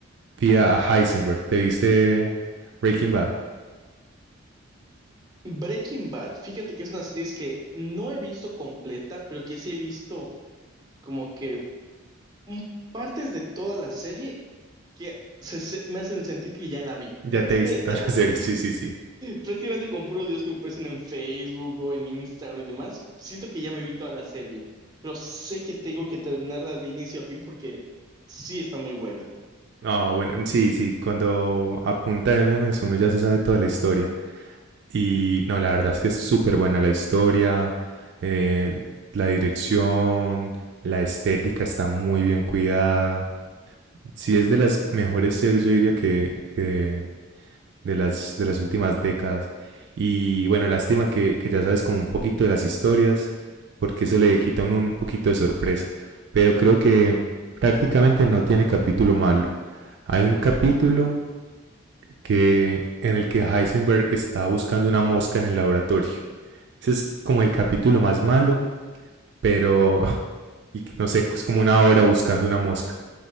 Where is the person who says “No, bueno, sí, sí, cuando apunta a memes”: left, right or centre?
Right